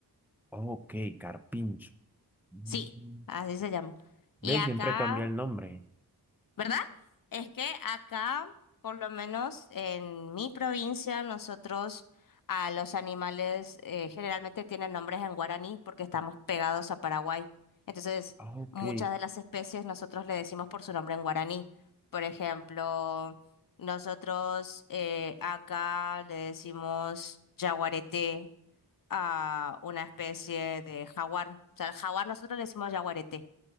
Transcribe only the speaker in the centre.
Ok, carpincho. Mm.
¿Ves?
Siempre cambia el nombre.
Ah, ok.